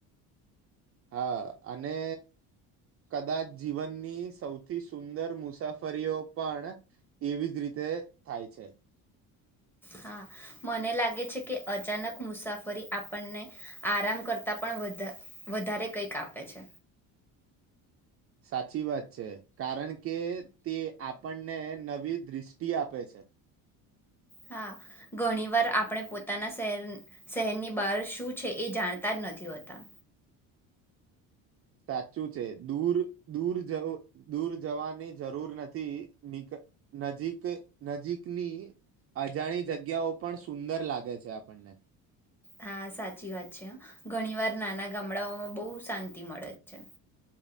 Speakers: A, on the right; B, in the centre.
A: હા. અને કદાચ જીવનની સૌથી સુંદર મુસાફરીઓ પણ એવી જ રીતે થાય છે.
B: હા, મને લાગે છે કે અચાનક મુસાફરી આપણને આરામ કરતા પણ વધા-વધારે કંઈક આપે છે.
A: સાચી વાત. છે કારણ કે તે આપણને નવી દૃષ્ટિ આપે છે
B: હા, ઘણી વાર આપણે પોતાના શહેર શહેરની બહાર શું છે એ જાણતા જ નથી હોતા.
A: તા શું છે દૂર દૂર જવું દૂર જવાની જરૂર નથી નીક નજીક નજીકની અજાણી જગ્યાઓ પણ સુંદર લાગે છે આપણને.
B: હા, સાચી વાત છે હ ઘણી વાર નાના ગામડાઓમાં બહુ શાંતિ મળે છે.